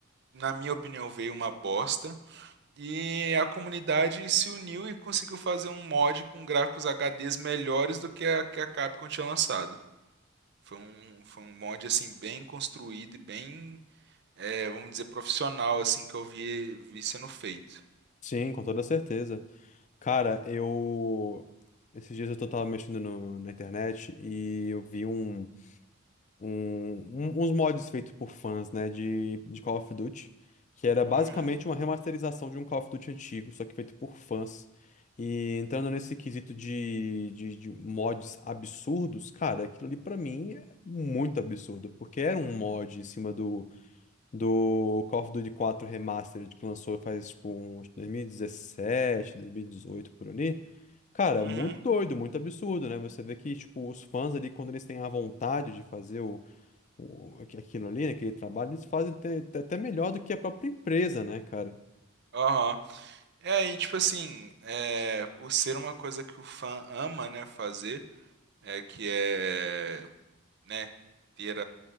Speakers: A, on the right; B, on the left.
A: na minha opinião, veio uma bosta. E a comunidade se uniu e conseguiu fazer um mod com gráficos HDs melhores do que a que a Capcom tinha lançado. Foi um, foi um mod assim bem construído e bem, é, vamos dizer, profissional assim que eu vi, vi sendo feito.
B: Sim, com toda certeza. Cara, eu. Esses dias eu tô- tava mexendo no- na internet e eu vi um. um- um- uns mods feitos por fãs, né, de, de Call of Duty, que era basicamente
A: Uhum,
B: uma remasterização de um Call of Duty antigo, só que feito por fãs. E entrando nesse quesito de, de, de mods absurdos, cara, aquilo ali pra mim é muito absurdo, porque era um mod em cima do, do Call of Duty quatro Remastered que lançou faz tipo um, acho que 2017, 2018 por ali. Cara,
A: uhum.
B: muito doido, muito absurdo, né? Você vê que, tipo, os fãs ali, quando eles têm a vontade de fazer o, o- aqu- aquilo ali, né, aquele trabalho, eles fazem até, até até melhor do que a própria empresa, né, cara?
A: Aham. É, E aí, tipo assim, é, por ser uma coisa que o fã ama, né, fazer, é que é, né, ter